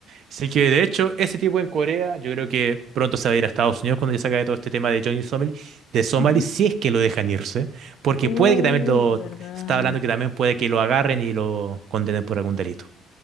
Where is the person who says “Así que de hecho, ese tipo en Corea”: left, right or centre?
Right